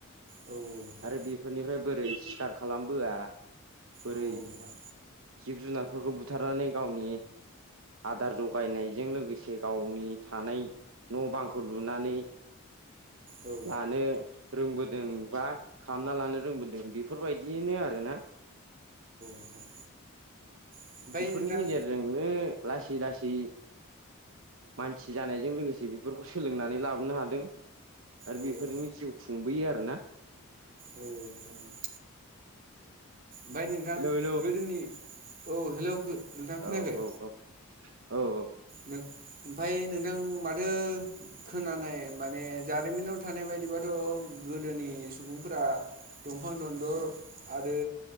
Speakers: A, on the right (about 40°); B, on the right (about 65°).
A: औ नोंथां
B: आरो बे फोरनिफ्राय बोरै सिखार खालामबोआ बोरै
A: औ औ नोंथां
B: जिब जुनारफोरखौ बुथारनानै गावनि आदार जगायनायजों लोगोसे गावनि थानाय न बांखौ लुनानै
A: औ
B: लानो रोंबोदों बा खालामना लानो रोंबोदों बेफोरबायदिनो आरोना
A: नोंथां ओमफ्राय
B: बेफोरनि
A: नोंथां
B: गेजेरजों नो लासै लासै मानसि जानायजों लोगोसे बे बेफोरखौ सोलोंनानै लाबोनो हादों आरो
A: औ
B: बेफोरनि
A: औ
B: जिउ खुंबोयो आरोना
A: औ नोंथां औ ओमफ्राय नोंथां
B: हेलौ हेलौ
A: गोदोनि औ हेल' नोंथां
B: औ
A: खोनायाखै
B: औ औ औ औ
A: नों ओमफफ्राय नोंथां माथो खोनानाय माने जारिमिनाव थानाय बायदिबाथ' गोदोनि सुबुंफोरा दंफां दनदर आरो